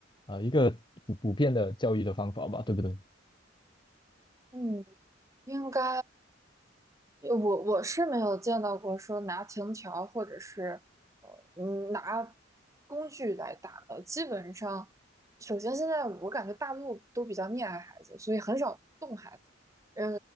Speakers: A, on the left (about 25°); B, on the right (about 15°).
A: 啊、呃一个普普遍的教育的方法吧，对不对？
B: <laughs> 嗯。应该，呃我我是没有见到过说拿藤条或者是呃嗯拿工具来打的，基本上，首先现在我感觉大陆都比较溺爱孩子，所以很少动孩子。嗯，